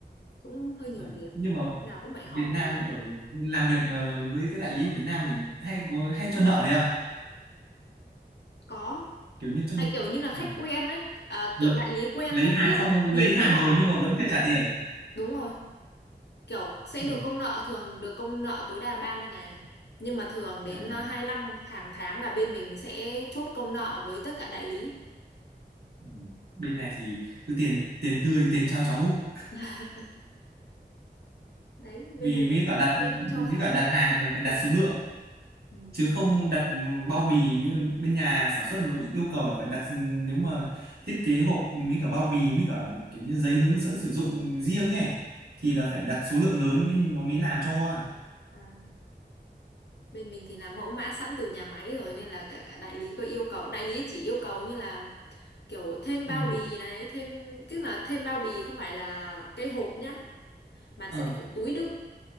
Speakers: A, on the left; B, on the right.
A: cũng hơi nhiều
B: ờ,
A: việc
B: nhưng mà
A: lúc nào cũng phải
B: Việt
A: họp
B: Nam
A: nhiều
B: ở làm việc ờ, với các đại lý ở Việt Nam mình hay có hay cho nợ đấy à
A: có
B: kiểu như cho
A: tại kiểu như là
B: ờ,
A: khách quen đấy à,
B: lấy,
A: kiểu đại lý quen
B: lấy
A: thân
B: hàng
A: thiết
B: xong
A: ấy thì
B: lấy
A: mới
B: hàng
A: là
B: rồi nhưng mà vẫn chưa trả tiền
A: đúng rồi kiểu sẽ
B: ừ.
A: được công nợ thường được công nợ tối đa ba mươi ngày nhưng mà thường đến
B: à
A: à, 25 hàng tháng là bên mình sẽ chốt công nợ với tất cả đại lý
B: ừ. bên này thì cứ tiền tiền tươi tiền trao cháo múc
A: <laughs> đấy
B: vì
A: bên mình
B: mới cả đặt
A: thì vẫn cho
B: mới
A: khách
B: cả đặt
A: à,
B: hàng
A: cho
B: là
A: khách
B: phải
A: hàng công
B: đặt số lượng
A: nợ ừ.
B: chứ không đặt bao bì như bên nhà sản xuất nó yêu cầu là phải đặt nếu mà thiết kế hộp mấy cả bao bì mấy cả kiểu như giấy hướng dẫn sử dụng riêng ấy thì là phải đặt số lượng lớn ý, nó mới làm cho à
A: à, bên mình thì là mẫu mã sẵn từ nhà máy rồi nên là cả cả đại lý có yêu cầu đại lý chỉ yêu cầu như là kiểu thêm bao
B: ừ.
A: bì này thêm tức là thêm bao bì không phải là cái hộp nhá mà
B: ờ,
A: sẽ là kiểu túi đựng